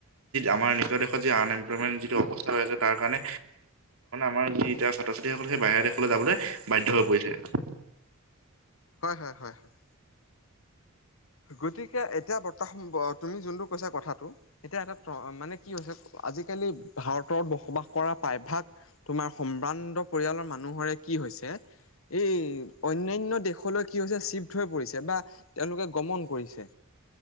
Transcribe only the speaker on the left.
হয় হয় হয় হয়। গতিকে এতিয়া বৰ্তা তুমি যোনটো কৈছা কথাটো এতিয়া এটা মানে কি হৈছে আজিকালি ভাৰতত বসবাস কৰা প্ৰায়ভাগ তোমাৰ প্ৰকাণ্ড পৰিয়ালৰ মানুহৰে কি হৈছে এই অন্যান্য দেশলৈ কি হৈছে চিফ্ট হৈ পৰিছে বা তেওঁলোকে গমন কৰিছে